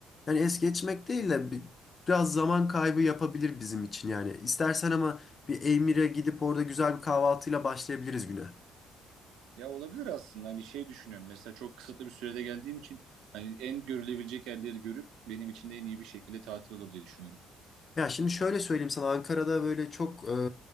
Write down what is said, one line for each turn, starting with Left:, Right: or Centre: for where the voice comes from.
Left: Yani es geçmek değil de bi- biraz zaman kaybı yapabilir bizim için yani. İstersen ama bir Eymir'e gidip orada güzel bir kahvaltıyla başlayabiliriz güne.
Right: Ya olabilir aslında hani şey düşünüyorum mesela çok kısıtlı bir sürede geldiğim için hani en görülebilecek yerleri görüp benim için de en iyi bir şekilde tatil olur diye düşünüyorum.
Left: Ya şimdi şöyle söyleyeyim sana Ankara'da böyle çok